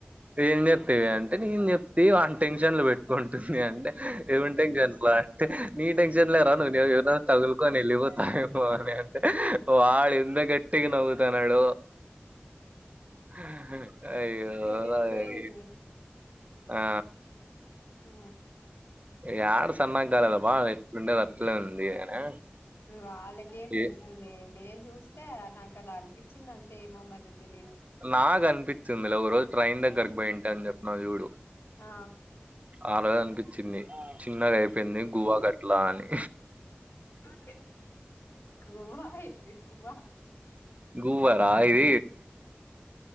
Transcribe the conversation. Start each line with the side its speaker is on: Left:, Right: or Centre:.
Right: ఏం చెత్తా టే అంటే నేను చెప్తి ఆన్ టెన్షన్ లో పెట్టుకుంటుంది అంటే ఏవని టెన్షన్ లో అంటే నీ టెన్షన్ లే రా నువ్ ఎవర్నన్న తగులుకొని వెళ్ళిపోతావేమో అని అంటే వాడు ఎంత గట్టిగా నవ్వుతన్నాడో హా అయ్యో
Left: సరిపోయింది
Right: అయ్యో ఆ
Left: ఆ
Right: యాడ సన్న కాలేదు అప్పా అది ఎట్లా ఉండేది అట్లే ఉంది అనా,
Left: వాళ్ళగేం తెలుస్తుంది
Right: ఏ
Left: నేను చూస్తే నాకు అలా అనిపించింది అంతే ఏమో మరి తెలీదు
Right: నాకు అనిపిత్తుందిలే ఒక రోజు ట్రైన్ దగ్గరకి పోయింటి అని చెప్పినావ్ చూడు
Left: ఆ
Right: ఆ రోజు అనిపించింది చిన్నగా అయిపోయింది గువ్వా గట్లా అని
Left: ఆ! గువా ఏంది గువా
Right: గువ్వా రాయి